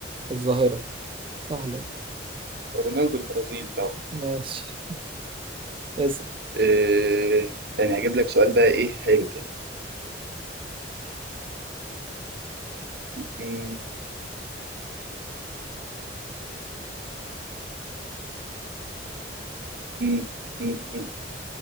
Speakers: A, on the right; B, on the right.
A: الظاهرة؟ سهلة
B: رونالدو البرازيلي طبعا
A: ماشي اسأل
B: آه، تاني هجيب لك سؤال بقى ايه حلو كده مم. مم. مم. مم.